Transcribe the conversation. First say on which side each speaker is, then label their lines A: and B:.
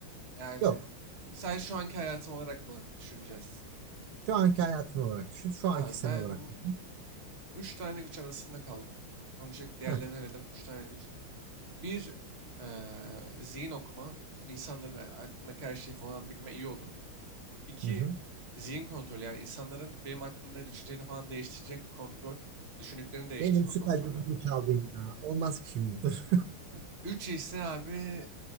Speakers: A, on the right (about 35°); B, on the right (about 80°).
A: yani
B: yok.
A: sadece şu anki hayatım olarak mı düşüneceğiz?
B: Şu anki hayatın olarak düşün. Şu
A: Abi
B: anki sen
A: ben
B: olarak düşün.
A: 3 tane güç arasında kaldım. Öncelikle diğerlerini
B: Heh,
A: eledim. 3 tane güç. Bir eee, zihin okuma. insanların hakkındaki her şeyi falan bilme iyi olur. İki,
B: hı hı.
A: zihin kontrolü. Yani insanların benim hakkımda ne düşüneceğini falan değiştirecek bir kontrol. Düşündüklerini değiştirme
B: Benim süper
A: kontrolü.
B: gücümü çaldın ya. Olmaz ki şimdi dur.
A: Heh. Üç ise abi